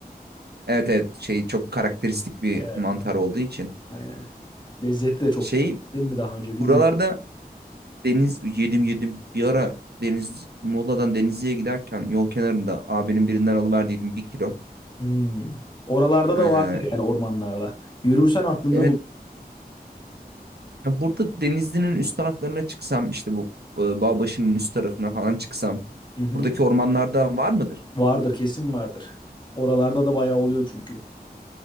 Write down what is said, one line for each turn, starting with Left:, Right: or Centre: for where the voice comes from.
Right: Evet evet şey çok karakteristik bir
Left: Evet.
Right: mantar olduğu için.
Left: Aynen. Lezzeti de çok
Right: Şey
Left: güzel. Değil mi daha önce bilmiyorum.
Right: buralarda Deniz yedim yedim. Bir ara Deniz Muğla'dan Denizli'ye giderken yol kenarında abinin birinden alıverdiydim bir kilo.
Left: Hmm. Oralarda
Right: Ee,
Left: da vardır yani ormanlarda. Yürürsen aklında
Right: evet
Left: bul.
Right: ya burada Denizli'nin üst taraflarına çıksam işte bu e, Bağbaşı'nın üst tarafına falan çıksam
Left: Hı hı.
Right: buradaki ormanlarda var mıdır?
Left: Vardır kesin vardır. Oralarda da bayağı oluyor çünkü.